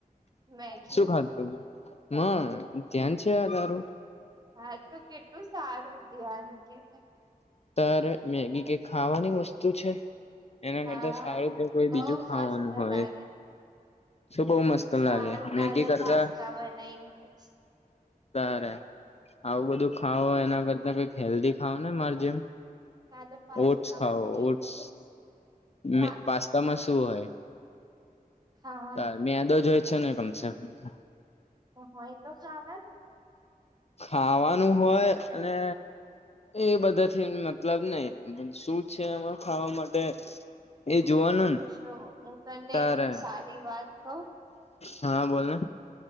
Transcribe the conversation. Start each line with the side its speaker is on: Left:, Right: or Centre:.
Right: મેગી
Left: શું ખાધું તું ત્યાંન છે તારું.
Right: હા તો કેટલું સારું ધ્યાન કે ન.
Left: ત મેગી કે ખાવાની વસ્તુ છે. એના
Right: હા
Left: કરતા સારું તો કોઈ
Right: બઉ
Left: બીજું ખાવાનું
Right: મસ્ત
Left: હોય
Right: લાગે
Left: શુ બહુ મસ્ત
Right: સારું
Left: લાગે મેગી
Right: કાલે
Left: કરતા
Right: પાસ્તા બનાઈને ખાઈશ.
Left: તારે આવું
Right: હને
Left: બધું ખાાવ એના કરતા કઈક હેલ્ધી
Right: હને હને
Left: ખાઓ ને માર જેમ
Right: કાલે પાસ્તા
Left: ઓટ્સ ખાઓ
Right: બનાવીને
Left: ઓટ્સ.
Right: ખાઈશ
Left: ને
Right: પાસ્તા
Left: પાસ્તામાં શું હોય?
Right: ખાવાનું
Left: તારે મદોજ હોય છે ને કમશે કમ
Right: તો હોય તો ચાવે ને
Left: ખાવાનું હોય અને એ બધા થી ઉપલબ્ધ નહી શું છે એમાં ખાવા માટે એ જોવાનું ને.
Right: જો હું તને
Left: તારે
Right: એક સારી વાત કઉ.
Left: હા બોલને.